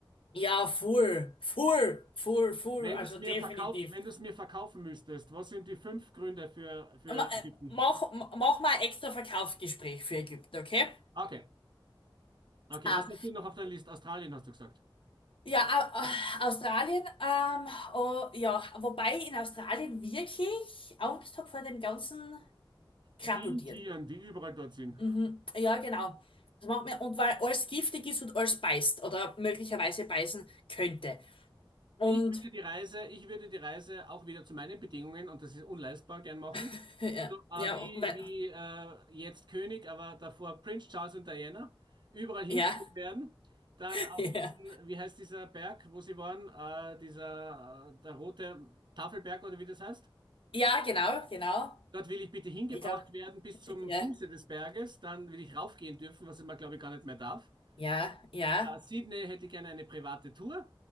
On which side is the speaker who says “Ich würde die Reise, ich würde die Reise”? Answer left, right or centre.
Right